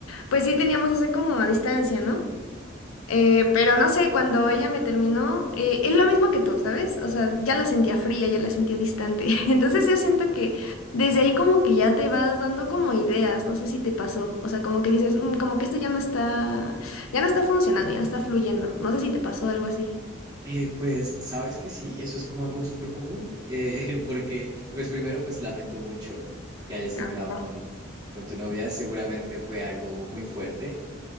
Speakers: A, on the left (about 80°); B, on the right (about 20°).
A: pues sí teníamos esa como a distancia, ¿no? Eh, pero no sé, cuando ella me terminó, eh, es lo mismo que tú, ¿sabes? O sea, ya la sentía fría, ya la sentía distante. <laughs> Entonces yo siento que
B: sí.
A: desde ahí como que ya te vas dando como ideas, no sé si te pasó. O sea, como que dices, "Mm, como que esto ya no está, ya no está funcionando, ya no está fluyendo. No sé si te pasó algo así.
B: Eh, pues sabes que sí, eso es como algo súper común, eh, <laughs> porque pues primero pues lamento mucho que hayas terminado
A: Ah, ya.
B: con, con tu novia, seguramente fue algo muy fuerte.